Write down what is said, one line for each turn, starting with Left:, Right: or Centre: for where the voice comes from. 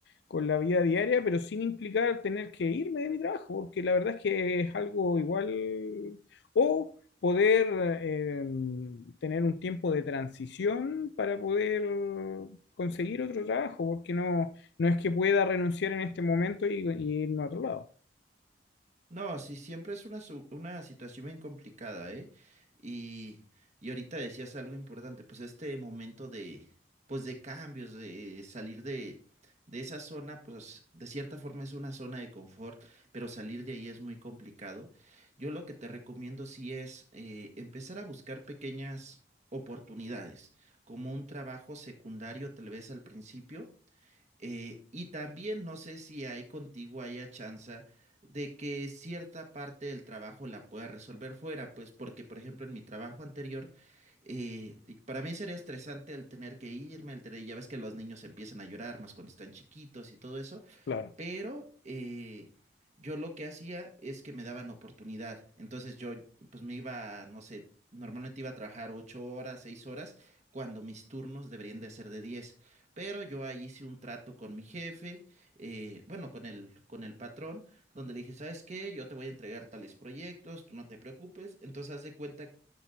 Left: con la vida diaria, pero sin implicar tener que irme de mi trabajo, porque la verdad es que es algo igual, o poder eh, tener un tiempo de transición para poder conseguir otro trabajo, porque no, no es que pueda renunciar en este momento y, y irme a otro lado.
Right: No, sí, siempre es una, su- una situación bien complicada, ¿eh? Y, y ahorita decías algo importante, pues este momento de, pues de cambios, de salir de, de esa zona, pues de cierta forma es una zona de confort, pero salir de ahí es muy complicado. Yo lo que te recomiendo sí es eh, empezar a buscar pequeñas oportunidades, como un trabajo secundario tal vez al principio eh, y también no sé si hay contigo haya chance de que cierta parte del trabajo la pueda resolver fuera, pues porque, por ejemplo, en mi trabajo anterior, eh, y para mí sería estresante el tener que irme, el tener- ya ves que los niños empiezan a llorar más cuando están chiquitos y todo eso
Left: Claro.
Right: pero eh, yo lo que hacía es que me daban oportunidad. Entonces yo pues me iba, no sé, normalmente iba a trabajar ocho horas, seis horas, cuando mis turnos deberían de ser de diez. Pero yo ahí hice un trato con mi jefe, eh, bueno, con el, con el patrón, donde le dije, ¿sabes qué? Yo te voy a entregar tales proyectos, tú no te preocupes. Entonces haz de cuenta